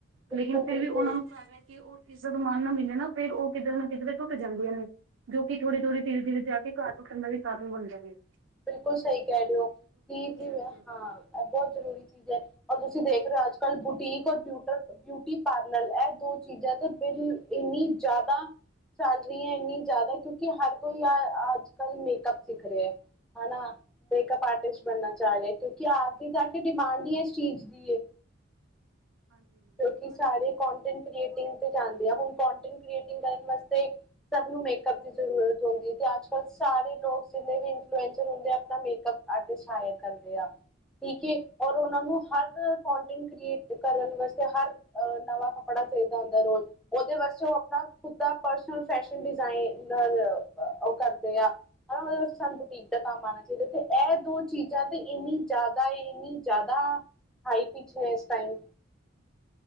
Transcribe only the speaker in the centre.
ਬਿਲਕੁਲ
ਬਿਲਕੁਲ
ਬਿਲਕੁਲ ਸਈ ਕੈ ਰੇ ਓ ਕਿ ਜਿਵੇਂ
ਹਾਂ
ਐ ਬੋਤ ਜਰੂਰੀ ਚੀਜ ਐ। ਔਰ ਤੁਸੀਂ ਦੇਖ ਰੇ ਓ ਅੱਜ-ਕੱਲ ਬੁਟੀਕ ਔਰ ਬਿਊਟਰ ਬਿਊਟੀ ਪਾਰਲਰ ਐ ਦੋ ਚੀਜਾਂ ਤੇ ਬਿਲ ਇੰਨੀ ਜਾਦਾ ਚੱਲ ਰੀਐਂ ਇੰਨੀ ਜਾਦਾ ਕਿਓਂਕਿ ਹਰ ਕੋਈ ਆ ਅੱਜ-ਕੱਲ ਮੇਕਅਪ ਸਿੱਖ ਰਿਐ। ਹੈ ਨਾ ਮੇਕਅਪ ਆਰਟਿਸਟ
ਬਨਨਾ
ਚਾਅ ਰਿਐ ਕਿਉਂਕਿ ਆਗੇ ਜਾ ਕੇ ਡਿਮਾਂਡ ਈ ਇਸ ਚੀਜ ਦੀ ਏ।
ਕਿਓਂਕਿ
ਸਾਰੇ
ਕੋਂਟੈਂਟ
ਕ੍ਰੀਏਟਿੰਗ
ਤੇ ਜਾਂਦੇ ਆ। ਹੁਨ ਕੋਂਟੈਂਟ ਕ੍ਰੀਏਟਿੰਗ ਕਰਨ ਵਾਸਤੇ ਸਭ ਨੂੰ ਮੇਕਅਪ ਦੀ ਜ਼ਰੂਰਤ ਹੁੰਦੀ ਏ ਤੇ ਅੱਜ-ਕੱਲ ਸਾਰੇ ਲੋਕ ਜਿੰਨੇ ਵੀ ਇਨਫਲੂਐਂਸਰ ਹੁੰਦੇ ਐ ਆਪਨਾ ਮੇਕਅਪ ਆਰਟਿਸਟ ਹਾਇਰ ਕਰਦੇ ਆ, ਠੀਕ ਏ। ਔਰ ਓਨਾਂ ਨੂੰ
ਹਰ
ਕੋਂਟੈਂਟ ਕ੍ਰੀਏਟ ਕਰਨ ਵਾਸ ਤੇ ਹਰ ਅ ਨਵਾਂ ਕੱਪੜਾ ਚਾਈਦਾ ਹੁੰਦੈ ਰੋਜ। ਓਦੇ ਵਾਸਤੇ ਓ ਆਪਨਾ ਖੁਦ ਦਾ ਪਰਸਨਲ ਫੈਸ਼ਨ ਡਿਜ਼ਾਇਨਰ ਓ ਕਰਦੇ ਆ ਔਰ ਅਸੀ ਸਾਨੂੰ ਠੀਕ ਤਾਂ ਕੰਮ ਆਨਾ ਚਾਈਦਾ ਤੇ ਐ ਦੋ ਚੀਜਾਂ ਤੇ ਏਨੀਂ ਜਾਦਾ ਏ, ਏਨੀਂ ਜਾਦਾ ਹਾਈ ਪਿੱਚ ਨੇ ਏਸ ਟਾਈਮ